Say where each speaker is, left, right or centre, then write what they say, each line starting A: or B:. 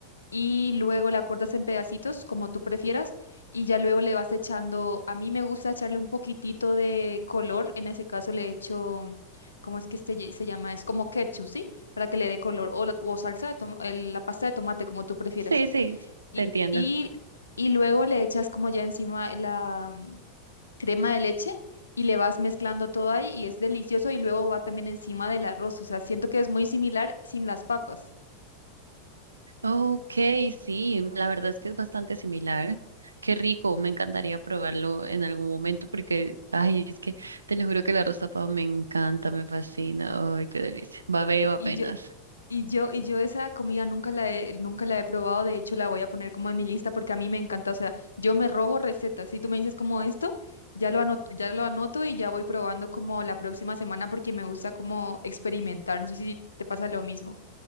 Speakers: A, on the left; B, on the right.
A: y luego la cortas en pedacitos, como tú prefieras, y ya luego le vas echando, a mí me gusta echarle un poquitito de color, en ese caso le echo, mm, ¿cómo es que este ye- se llama? Es como ketchup, ¿sí? Para que le dé color, o, la- o salsa de toma- el- la pasta de tomate, como tú prefieras.
B: Sí, sí,
A: Y,
B: te entiendo.
A: y, y luego le echas como ya encima la mm, crema de leche. Y le vas mezclando todo ahí y es delicioso y luego va también encima del arroz. O sea, siento que es muy similar sin las papas.
B: Ok, sí, la verdad es que es bastante similar. Qué rico, me encantaría probarlo en algún momento porque, ay, es que te lo juro que el arroz tapado me encanta, me fascina. Ay, qué delicia. Babeo apenas.
A: Y yo, Y yo, y yo esa comida nunca la he, nunca la he probado, de hecho la voy a poner como en mi lista porque a mí me encanta, o sea, yo me robo recetas, si tú me dices como esto, ya lo anoto, ya lo anoto y ya voy probando como la próxima semana porque me gusta como experimentar, no sé si te pasa lo mismo.